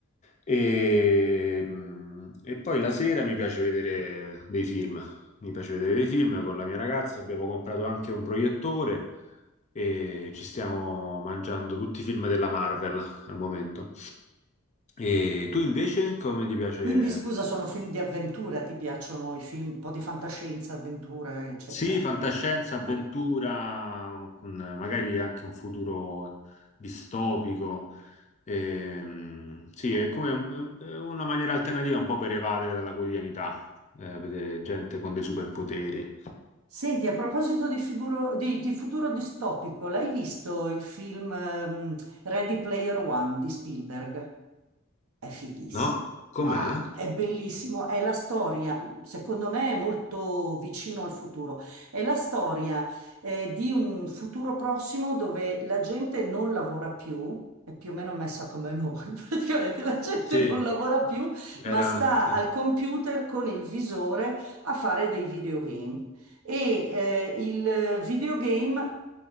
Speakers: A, on the left; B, on the right.
A: E, mh, e poi la sera mi piace vedere dei film mi piace vedere dei film con la mia ragazza, abbiamo comprato anche un proiettore e ci stiamo mangiando tutti i film della Marvel al momento. E tu invece come ti piace?
B: Quindi scusa, sono film di avventura, ti piacciono i film, un po' di fantascienza, avventura, eccetera.
A: Sì, fantascienza, avventura,
B: Ah,
A: con magari anche un futuro distopico. Ehm, sì,
B: ok.
A: è come un- è una maniera alternativa un po' per evadere dalla quotidianità, eh, vedere gente con dei superpoteri.
B: Senti, a proposito di, figuro- di- di futuro distopico, l'hai visto il film ehm, Ready Player One di Spielberg? È fighissimo,
A: No?
B: ma
A: Com'è?
B: è bellissimo, è la storia, secondo me è molto vicino al futuro, è la storia eh, di un futuro prossimo dove la gente non lavora più, è più o meno messa come noi, <laughs> praticamente la gente
A: Sì,
B: non lavora più,
A: era...
B: ma sta
A: sì.
B: al computer con il visore a fare dei videogame. E eh, il videogame,